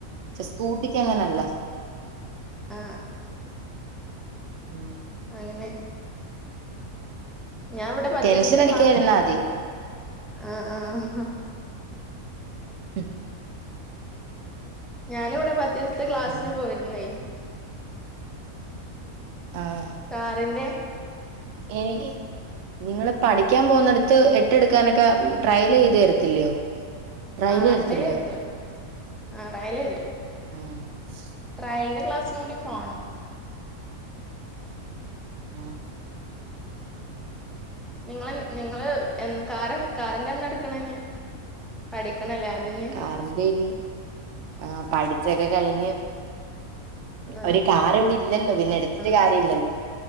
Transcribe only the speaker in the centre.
ആ
ആ ആ
അയ്നെ. ഞാൻ ഇവിടെ പത്ത്
ദിവസത്തെ
ക്ലാസ്സിനും
ആ ആഹ്.
ഞാൻ ഇവിടെ പത്ത് ദിവസത്തെ ക്ലാസ്സിനു
പോയിരുന്നേയ്.
കാറിന്റെ.
ആ
ട്രയല് എതും ആ ട്രയൽ തരും.
ട്രയലിന്റെ ക്ലാസിനു കൂടിം പോകണം.
നിങ്ങള് നിങ്ങള് എൻ കാറ് കാറ് എന്റെന്നാ എടുക്കണേ നി പഠിക്കണല്ലേ അത് ഞ്ഞി
ആ
ആ